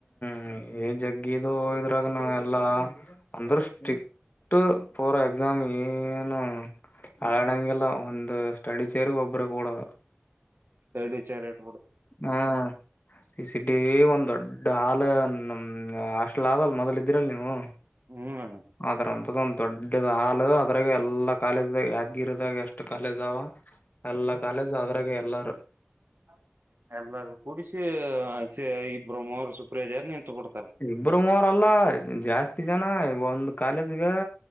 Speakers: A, on the left; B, on the right.
A: <unintelligible> ಜಗ್ಗಿದು ಇದ್ರಾಗನ ಎಲ್ಲಾ ಅಂದೃಷ್ಟಿ <unintelligible> ಬಿಟ್ಟ ಪರ ಎಕ್ಸಾಮ್ ಏನು ಹಳಡಂಗಗೆಲ್ಲ ಒಂದು ಸ್ಟಡಿ ಸರ್ಗ ಒಬ್ಬ್ರ ಕೂಡ <unintelligible>
B: ಎಡು ವಿಚಾರ ಎಡು <unintelligible>
A: ಹ್ಮ ಸಿಟಿ ಒಂದ್ ದೊಡ್ಡ ಹಾಲ <unintelligible> ನಮ್ ಅಷ್ಟಲ್ ಆದ <unintelligible> ಲ್ ಮೊದಲ್ ಇದ್ದಿರಲ್ಲ ನೀವು
B: ಹ್ಮ್ ಅಣ್ಣ
A: ಅದ್ರಂಂತದ್ದ ಒಂದ್ ದೊಡ್ಡದ್ ಹಾಲು ಅದ್ರಾಗ ಎಲ್ಲಾ ಕಾಲೇಜ್ದಾಗ <unintelligible> ಗಿರದಾಗ ಎಷ್ಟು ಕಾಲೇಜ್ ಅವ ಎಲ್ಲಾ ಕಾಲೇಜ್ ಅದ್ರಾಗ ಎಲ್ಲಾರೂ
B: <inaudible> ಎಲ್ಲರೂ ಕೂಡಿಸಿ <unintelligible> ಇ ಬ್ರ್ಮರು ಸುಪ್ರಿಯಜಾರ್ ನಿಂತು ಕೊಡ್ತಾರ
A: ಇಬ್ಬರು ಮೂವರಲ್ಲ ಜಾಸ್ತಿ ಜನ ಒಂದ್ ಕಾಲೇಜ್ಗ